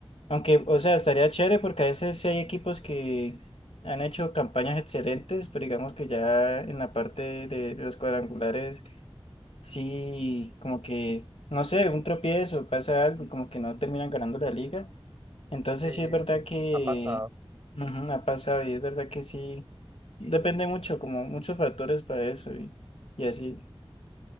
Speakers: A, on the left; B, on the right.
A: Aunque, o sea, estaría chévere porque a veces sí hay equipos que han hecho campañas excelentes, pero digamos que ya en la parte de, de los cuadrangulares, sí, como que, no sé, un tropiezo, pasa algo y como que no terminan ganando la liga. Entonces
B: sí,
A: sí es verdad
B: sí.
A: que
B: Ha pasado.
A: ujú, ha pasado y es verdad que sí. Depende mucho, como muchos factores para eso y, y así.